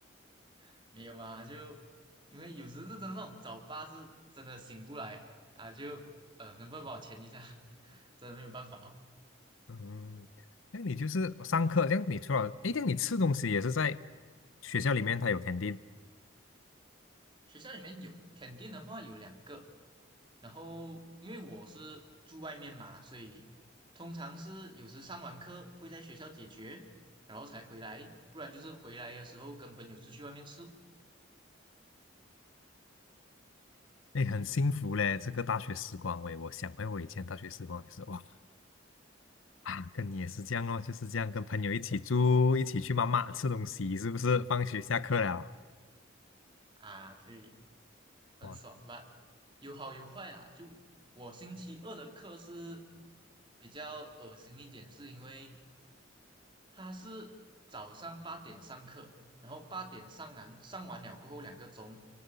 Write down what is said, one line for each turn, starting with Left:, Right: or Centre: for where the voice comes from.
Right: <laughs> 没有嘛，就因为有时是真的那种早八是真的醒不来啊，就呃能不能帮我签一下？<laughs> 真的没有办法哦。
Left: 嗯，那你就是上课，这样你除了，诶，这样你吃东西也是在学校里面，他有肯定
Right: 学校里面有肯定的话有两个，然后因为我是住外面嘛，所以通常是有时上完课会在学校解决，然后才回来，不然就是回来的时候跟朋友出去外面吃
Left: n 诶，很幸福嘞，这个大学时光，喂，我想回我以前大学时光也是，哇啊，跟你也是这样哦，就是这样跟朋友一起住，一起去妈妈吃东西，是不是？放学下课了，
Right: 啊，对，很爽吧？
Left: 哇，
Right: 有好有坏啊。就我星期二的课是比较恶心一点，是因为他是早上八点上课，然后八点上完上完了过后两个钟，